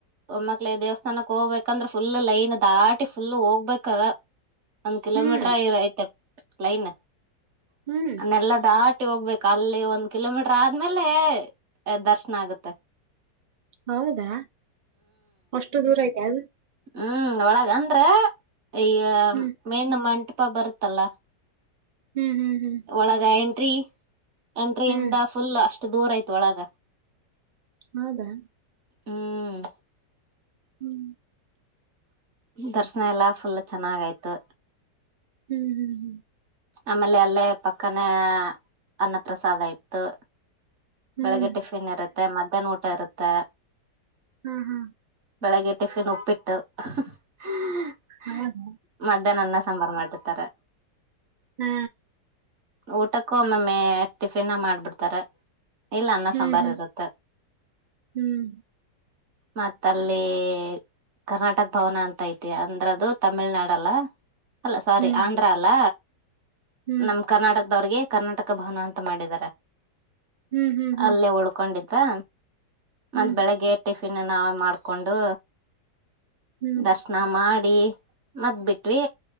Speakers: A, on the right; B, on the right.
A: ಒಮ್ಮಕ್ಳ ದೇವಸ್ಥಾನಕ್ ಹೋಗ್ಬೇಕಂದ್ರೆ ಫುಲ್ ಲೈನ್ ದಾಟಿ ಫುಲ್ ಹೋಗ್ಬೇಕಾಗ ಒಂದ್ ಕಿಲೋಮೀಟರ್
B: ಹ್ಮ್
A: ಆಎದ್ ಐತೆಪ್ ಲೈನ್ ಅದನ್ನೆಲ್ಲ
B: ಹ್ಮ್
A: ದಾಟ್ ಒಂಟಿ, ಹೋಗ್ಬೇಕು! ಅಲ್ಲಿ ಒಂದ್ ಕಿಲೋಮೀಟರ್, ಆದ್ಮೇಲೆ,.. ದರ್ಶನ ಆಗುತೆ.
B: ಹೌದಾ, ಅಷ್ಟು ದೂರ ಐತಿ ಅದ
A: ಹ್ಮ್, ಒಳಗ ಅಂದ್ರ ಅಯ್ಯ
B: ಹ್ಮ್
A: ಮೇನ್ ಮಂಟ ಅಪ್ಪ, ಬರುತ್ತಲ್ಲ.
B: ಹ್ಮ್ ಹ್ಮ್ ಹ್ಮ್
A: ಒಳಗ, ಎಂಟ ಟ್ರೀ ಎಂಟ್ರಿಯಿಂದ,
B: ಹ್ಮ್
A: ಫುಲ್ ಅಷ ಅಷ್ಟು, ದೂರ ಆಯ್ತ ಒಳಗ
B: ಹೌದಾ
A: ಹ್ಮ್
B: ಹ್ಮ್
A: ದರ್ಶನ ಎಲ್ಲ ಫುಲ್ ಚೆನ್ನಾಗಯ್ತು
B: ಹ್ಮ್ ಹ್ಮ್ ಹ್ಮ್
A: ಆಮೇಲೆ ಅಲ್ಲೇ ಪಕ್ಕನೆ ಅನ್ನ ಪ್ರಸಾದ ಇತ್ತು ಬೆಳಿಗ್ಗೆ
B: ಹ್ಮ್
A: ಟಿಫಿನ್ ಇರುತ್ತೆ ಮಧ್ಯಾಹ್ನ ಊಟ ಇರುತ್ತೆ
B: ಹ್ಮ್ ಹ್ಮ್
A: ಬೆಳಗೆ ಟಿಫಿನ್ ಉಪ್ಪಿಟ್ಟು <unintelligible>
B: ಹೌದಾ?
A: ಮಧ್ಯಾಹ್ನ ಅನ್ನ ಸಾಂಬಾರ್ ಮಾಡಿರ್ತಾರೆ
B: ಹ್ಮ್
A: ಊಟಕ್ಕ ಒಮ್ಮಮ್ಮೆ ಟಿಫಿನ್ ಮಾಡ್ಬಿಡ್ತಾರ. ಇಲ್ಲ ಅನ್ನ
B: ಹ್ಮ್
A: ಸಾಂಬಾರು
B: ಹ್ಮ್
A: ಇರುತ್ತ.
B: ಹ್ಮ್
A: ಮತ್ತು ಅಲ್ಲಿ ಕರ್ನಾಟಕ ಭವನ ಅಂತ ಐತಿ ಅಂದ್ರೆ ಅದು ತಮಿಳ್ ನಾಡು ಅಲ್ಲ ಅಲ್ಲ ಸಾರೀ
B: ಹ್ಮ್
A: ಆಂಧ್ರ ಅಲ್ಲ
B: ಹ್ಮ್
A: ನಮ ಕರ್ನಾಟಕದವ್ರಿಗೆ ಕರ್ನಾಟಕ ಭವನ ಅಂತ ಮಾಡಿದಿದ್ದಾರೆ
B: ಹ್ಮ್ ಹ್ಮ್ ಹ್ಮ್
A: ಅಲ್ಲೇ ಉಳ್ಕೊಂಡಿದ್ದೆ ಅಂತಾ
B: ಹ್ಮ್
A: ಮತ್ ಬೆಳಗೆದ್ದಿ ಟಿಫಿ ಪಿನ್ ನಾವೇ ಮಾಡ್ಕೊಂಡು
B: ಹ್ಮ್
A: ದರ್ಶನ ಮಾಡಿ <unintelligible> ಮರತ್ ಬಿಟ್ವಿ